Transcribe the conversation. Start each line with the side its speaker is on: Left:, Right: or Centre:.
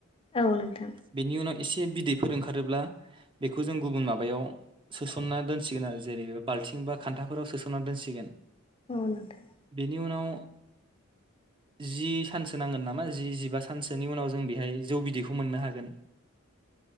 Left: औ नोंथां
Right: बेनि उनाव एसे बिदैफोर ओंखारोब्ला बेखौ जों गुबुन माबायाव सोसनना दोनसिगोन आरो जेरै बाल्थिं बा खानथाफोराव सोसनना दोनसिगोन।
Left: <unintelligible>
Right: बेनि उनाव जि सानसो नांगोन नामा जि जिबा सानसोनि उनाव जों बेहाय जौ बिदैखौ मोननो हागोन।